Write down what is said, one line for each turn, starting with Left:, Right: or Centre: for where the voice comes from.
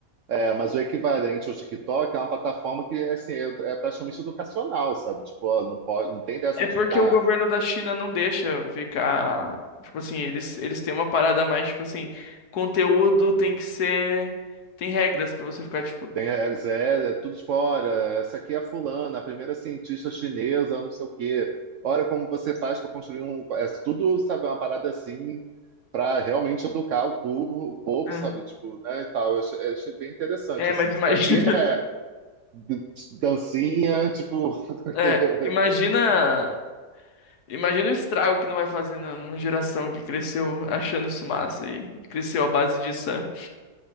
Right: eh, mas o equivalente ao TikTok é uma plataforma que assim é, é praticamente educacional, sabe? Tipo, ó, não pode, não tem dessa
Left: É porque
Right: de ficar
Left: o governo da China não deixa ficar. Tipo assim, eles, eles têm uma parada mais, tipo assim, conteúdo tem que ser. Tem regras pra você ficar, tipo.
Right: Tem a é, é tudo fora. Essa aqui é a fulana, a primeira cientista chinesa, não sei o quê. Olha como você faz para construir um. É tudo, sabe, uma parada assim, para realmente educar o povo, o povo,
Left: É,
Right: sabe, tipo, né, e tal. Eu achei, eu achei bem interessante,
Left: é,
Right: assim.
Left: mas
Right: Tipo,
Left: imagina.
Right: aqui é
Left: <laughs>
Right: d- dancinha, tipo. <laughs>
Left: É, imagina. Imagina o estrago que não vai fazer na- numa geração que cresceu achando isso massa e cresceu à base disso, sabe?